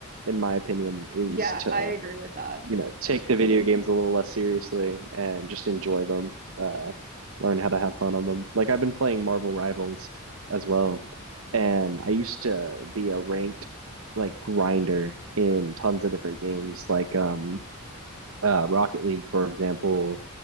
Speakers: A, on the right (about 70°); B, on the right (about 45°).
A: in my opinion, is
B: Yeah,
A: to
B: I agree with that.
A: you know take the video games a little less seriously and just enjoy them. Uh, learn how to have fun on them. Like I've been playing Marvel Rivals as well, and I used to be a ranked like grinder in tons of different games, like um uh, Rocket League, for example,